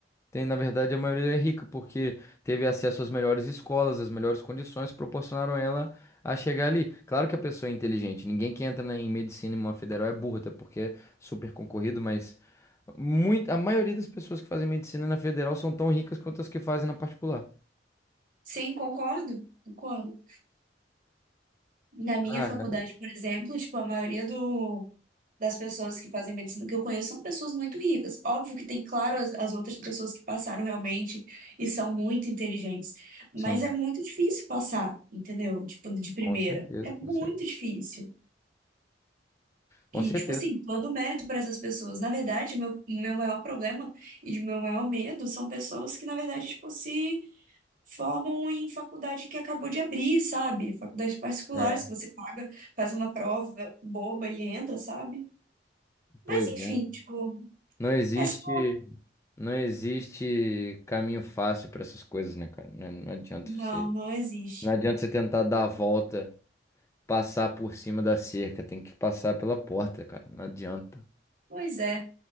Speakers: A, on the left; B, on the right.
A: Tem, na verdade, a maioria é rica porque teve acesso às melhores escolas, às melhores condições, proporcionaram ela a chegar ali. Claro que a pessoa é inteligente, ninguém que entra na- em medicina em uma federal é burra, até porque é super concorrido, mas muito, a maioria das pessoas que fazem medicina na federal são tão ricas quanto as que fazem na particular.
B: Sim, concordo, concordo. Na minha
A: Ah,
B: faculdade,
A: é.
B: por exemplo, tipo, a maioria do, das pessoas que fazem medicina que eu conheço são pessoas muito ricas. Óbvio que tem, claro, as, as outras pessoas que passaram realmente e são muito inteligentes, mas
A: Sim,
B: é muito difícil passar, entendeu? Tipo, de primeira.
A: com certeza,
B: É
A: com
B: muito
A: certeza.
B: difícil.
A: Com
B: E,
A: certeza.
B: tipo assim, todo o mérito para essas pessoas. Na verdade, meu, o meu maior problema e de meu maior medo são pessoas que, na verdade, tipo, se formam em faculdade que acabou de abrir, sabe? Faculdades particulares
A: É,
B: que você paga, faz uma prova boba e entra, sabe?
A: pois
B: Mas, enfim,
A: é.
B: tipo,
A: Não existe,
B: é só...
A: não existe caminho fácil para essas coisas, né, cara? Não, não adianta
B: Não,
A: você,
B: não existe.
A: não adianta você tentar dar a volta. passar por cima da cerca, tem que passar pela porta, cara. Não adianta.
B: Pois é.